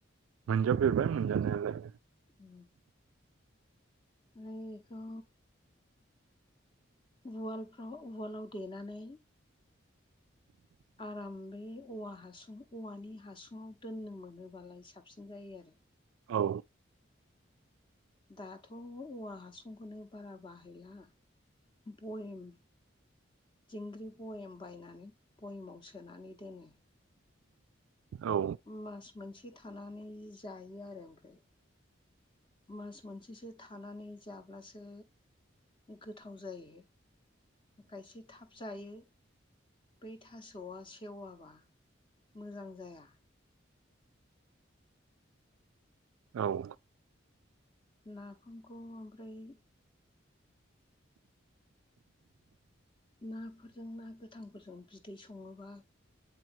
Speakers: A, on the right; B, on the left.
A: मोनजा फेरबाय मोनजा नायालाय
B: उ रखौ उवालफ्राव उवालाव देनानै आराम बे औवा हासुं औवानि हासुङाव दोननो मोनोबालाय साबसिन जायो आरो
A: औ
B: दाथ' औवा हासुंखौनो बारा बाहायला बयेम दिंग्रि भयेम बायनानै भयेमाव सोनानै दोनो
A: औ
B: मास मोनसे थानानै जायो आरो ओमफ्राय मास मोनसेसो थानानै जाब्लासो गोथाव जायो खायसे थाब जायो बै थास'आ सेववाबा मोजां जाया
A: औ
B: नाागामखौ ओमफ्राय नाफोरजों ना गोथांफोरजों बिदै सङोबा